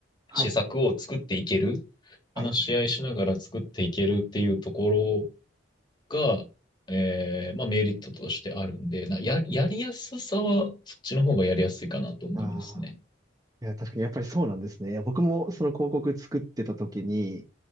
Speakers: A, on the right; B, on the left.
A: はい。
B: 施策を作っていける、
A: はい。
B: 話し合いしながら作っていけるっていうところが、えー、まあメリットとしてあるんで、なや、やりやすさは、そっちの方がやりやすいかなと思いますね。
A: ああ。いや、確かにやっぱりそうなんですね。僕もその広告作ってた時に、